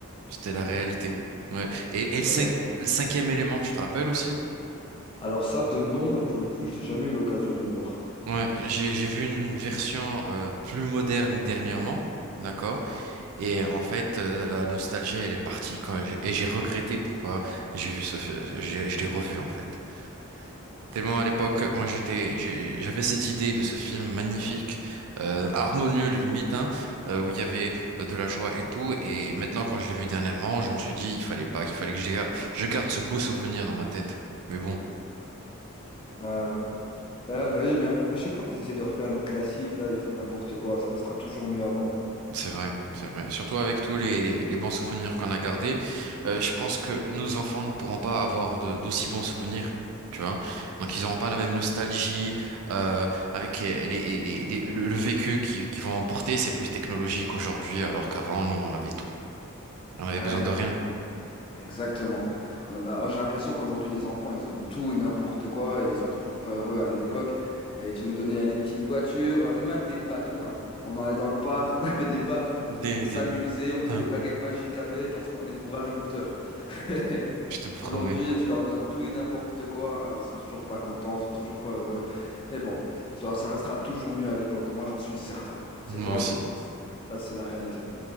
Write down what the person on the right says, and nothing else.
C'était la réalité. Ouais. Et,
et le, cin- le cinquième élément, tu te rappelles aussi?
Ouais, j'ai j'ai vu une version euh, plus moderne dernièrement, d'accord? Et en fait, euh, la nostalgie, elle est partie quand j'ai- et j'ai regretté pourquoi j'ai vu ce, fi- j'ai- je l'ai revu en fait. Tellement à l'époque, moi j'étais, j'ai- j'avais cette idée de ce film magnifique, euh, harmonieux limite, hein, euh, où il y avait euh, de la joie et tout. Et maintenant, quand je l'ai vu dernièrement, je me suis dit, il fallait pas, qu'il fallait que je, déga- je garde ce beau souvenir dans ma tête. Mais bon.
C'est vrai, c'est vrai. Surtout avec tous les, les- les bons souvenirs qu'on a gardés, euh, je pense que nos enfants ne pourront pas avoir de- d'aussi bons souvenirs, tu vois. Donc ils n'auront pas la même nostalgie euh, avec les- les- les- les- le, le vécu qui- qu'ils vont emporter. C'est plus technologique aujourd'hui, alors qu'avant, nous, on avait tout. On avait
besoin de rien.
Des,
des...
Ah.
Je te promets.
Moi
aussi,